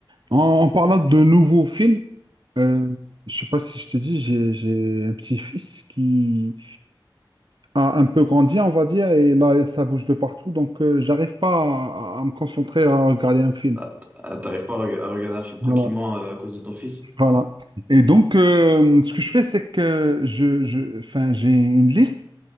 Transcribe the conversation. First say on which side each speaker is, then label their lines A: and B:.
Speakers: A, on the right (about 65°); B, on the right (about 20°).
A: en, en parlant de nouveaux films, euh, je sais pas si je te dis, j'ai, j'ai un petit-fils qui a un peu grandi, on va dire, et là, ça bouge de partout, donc euh, j'arrive pas à, à me concentrer à regarder un film.
B: ah, ah, t'arrives pas à reg- à regarder un film tranquillement
A: Voilà.
B: euh, à cause de ton fils?
A: Voilà. Et donc, euh, ce que je fais, c'est que je, je, enfin, j'ai une liste